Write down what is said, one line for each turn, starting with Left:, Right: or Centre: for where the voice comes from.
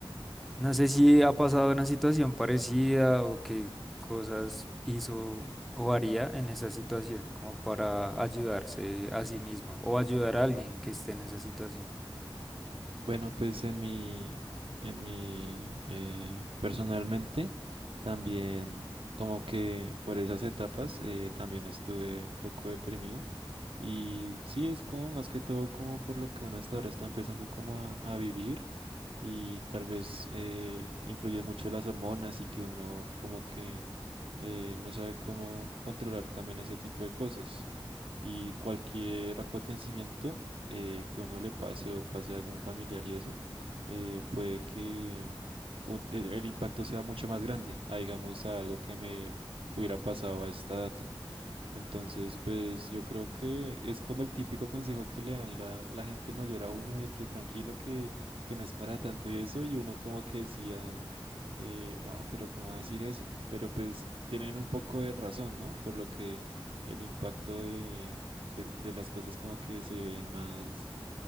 Centre: no sé si ha pasado una situación parecida o qué cosas hizo o haría en esa situación, como para ayudarse a sí mismo o ayudar a alguien que esté en esa situación.
Right: Bueno, pues en mi, en mi, eh, personalmente, también como que por esas etapas eh, también estuve un poco deprimido y sí, es como más que todo como por lo que uno hasta ahora está empezando como a, a vivir y tal vez eh, influye mucho las hormonas y que uno como que eh, no sabe cómo controlar también ese tipo de cosas. Y cualquier acontecimiento eh, que uno le pase o pase a algún familiar y eso, eh, puede que un- el el impacto sea mucho más grande, a, digamos, a algo que me hubiera pasado a esta edad. Entonces, pues yo creo que es como el típico consejo que le dan la, la gente mayor a uno de que tranquilo, que, que no es para tanto y eso, y uno como que decía, eh, no, pero ¿cómo va a decir eso? Pero pues tienen un poco de razón, ¿no? Por lo que el impacto de, de, de las cosas como que se ven más,